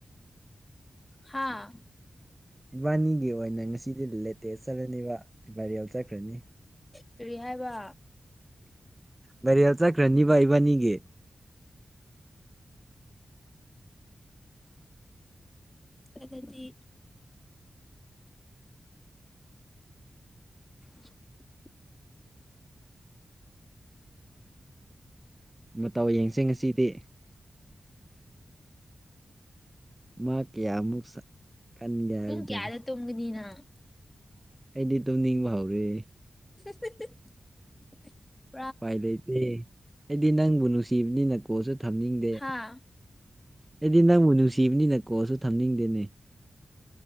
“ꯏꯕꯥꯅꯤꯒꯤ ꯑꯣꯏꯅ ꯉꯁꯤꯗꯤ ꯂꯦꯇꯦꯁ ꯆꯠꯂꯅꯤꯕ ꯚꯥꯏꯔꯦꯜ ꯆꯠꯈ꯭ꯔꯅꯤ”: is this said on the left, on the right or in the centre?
Right